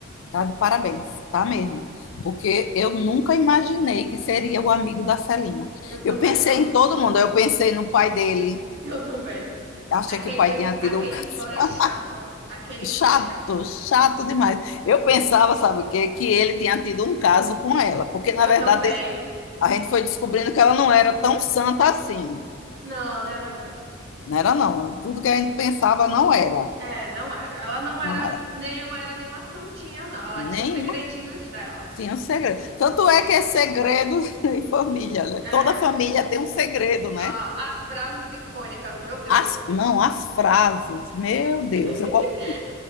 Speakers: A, on the left; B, on the right.
A: Tá de parabéns, tá mesmo. Porque eu nunca imaginei que seria o amigo da Celina.
B: Eu também
A: Eu pensei
B: não.
A: em todo mundo, eu pensei no pai dele.
B: <laughs> Eu também.
A: Achei
B: Aquele,
A: que o pai tinha tido
B: aquele
A: um caso
B: Ivan é chato. Aquele
A: <laughs>
B: Ivan
A: chato,
B: é chato.
A: chato demais. Eu pensava, sabe o quê? Que ele tinha tido um caso com ela, porque na
B: Eu
A: verdade
B: também.
A: a gente foi descobrindo que ela não era tão santa assim.
B: Não, não era não.
A: Não era, não. Tudo que a gente pensava não era.
B: É, não era. Ela não era
A: Não era
B: nem não era nenhuma santinha, não. Ela
A: nenhuma.
B: tinha os segredinhos dela.
A: Tinha um segredo. Tanto é que é segredo <laughs> em família, né?
B: É.
A: Toda família tem um segredo, né?
B: Ah, as frases icônicas, meu Deus.
A: As, não, as frases, meu Deus,
B: <laughs>
A: eu, co-